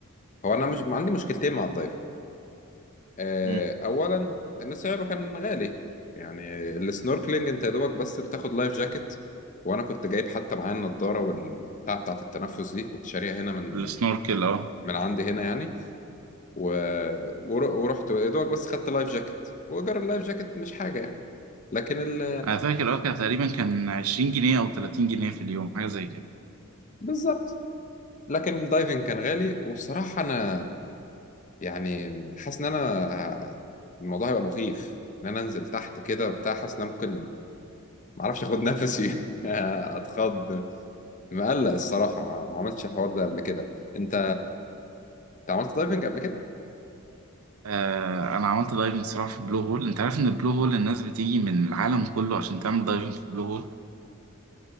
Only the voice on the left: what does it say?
هو انا مش ما عندي مشكلتين مع الدايفنج آه،
اولا ان سعره كان غالي يعني السنوركلينج انت يا دوبك بس بتاخد لايف جاكيت وانا كنت جايب حتى معايا النضاره والبتاع بتاعت التنفس دي كنت شاريها هنا من
من عندي هنا يعني و... ور- ورحت يا دوبك بس خدت لايف جاكيت وايجار اللايف جاكيت مش حاجه يعني لكن ال...
بالظبط لكن الدايفنج كان غالي وبصراحه انا يعني حاسس ان انا ه- الموضوع هيبقى مخيف ان انا انزل تحت كده وبتاع حاسس ان انا ممكن معرفش اخد نفسي <laughs> اتخض مقلق الصراحة ما, ما عملتش الحوار ده قبل كده انت انت عملت دايفنج قبل كده